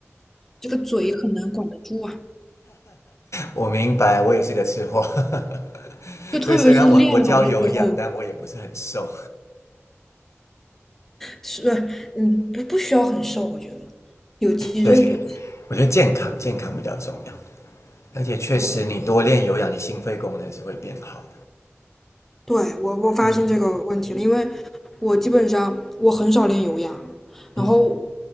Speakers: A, in the centre; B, on the left.
A: 这个嘴很难管得住啊，
B: 我明白，我也是个吃货，<laughs>
A: 就特别是练完了之后，
B: 所以虽然我我教有氧，但我也不是很瘦。
A: 是，嗯，不不需要很瘦，我觉得有肌肉就行。
B: 对，我觉得健康健康比较重要，而且确实你多练有氧，
A: 对，
B: 你心肺功能是会变好的。
A: 对，我我发现这个问题了，
B: 嗯，
A: 因为我基本上我很少练有氧，然后
B: 嗯